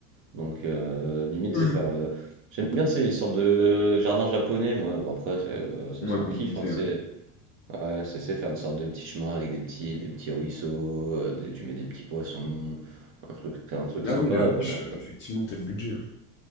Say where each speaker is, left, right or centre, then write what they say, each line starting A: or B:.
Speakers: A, on the right; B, on the left.
A: Donc, euh, limite,
B: Ouais.
A: c'est faire. euh, J'aime bien ces sortes de jardins japonais, moi, bon, après, c'est, euh, ça,
B: Moins
A: c'est
B: compliqué,
A: un kiff, hein, tu
B: hein.
A: sais. Ouais, c'est c'est faire une sorte de petits chemins avec des petits, des petits ruisseaux, euh, des- tu mets des petits poissons, un truc, un truc
B: Ah
A: sympa,
B: oui, la vache,
A: mais après.
B: euh, effectivement, t'as le budget, oui.